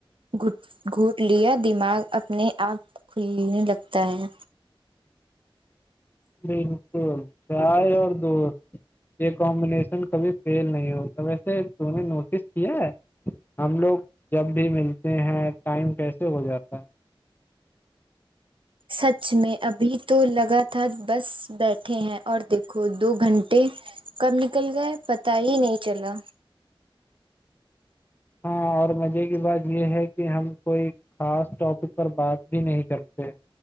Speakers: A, on the right; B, on the left.
A: گٹ گھوٹ لیا اپنے آپ کھلنے لگتا ہے
B: بالکل چائے اور دوست یہ کمبینشن کبھی فیل نہیں ہوتا ویسے تم نے نوٹس کیا ہے ہم لوگ جب بھی ملتے ہیں ٹائم کیسے ہو جاتا ہے
A: سچ میں ابھی تو لگاتار بس بیٹھے ہیں اور دیکھو دو گھنٹے کب نکل گئے پت ہی نہیں چلا
B: ہاں اور مزے کی بات یہ ہے کہ ہم کوئی خاص ٹاپک پر بات بھی نہیں کرتے